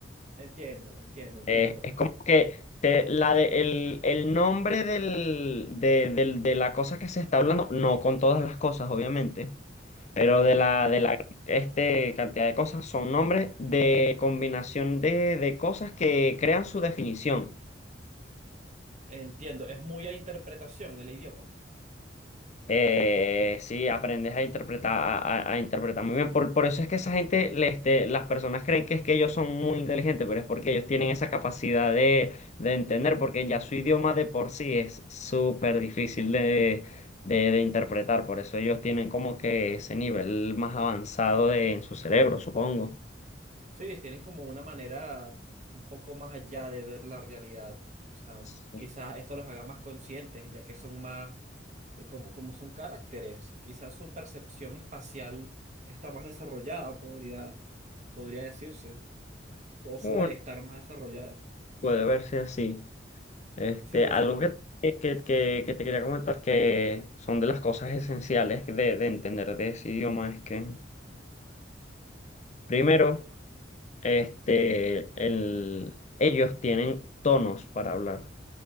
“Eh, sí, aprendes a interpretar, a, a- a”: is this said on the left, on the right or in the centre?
Left